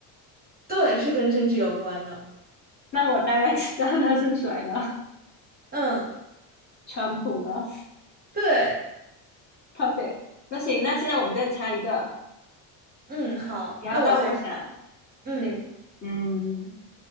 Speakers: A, on the right; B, on the left.
A: 对，是跟政治有关的。
B: 那我大概知道他是谁了，
A: 嗯。
B: 川普吗
A: 对，
B: ？Puppet。那行，那现在我们再猜一个，
A: 嗯，好，
B: 然后到我想，
A: 那我猜，嗯，
B: 对，嗯，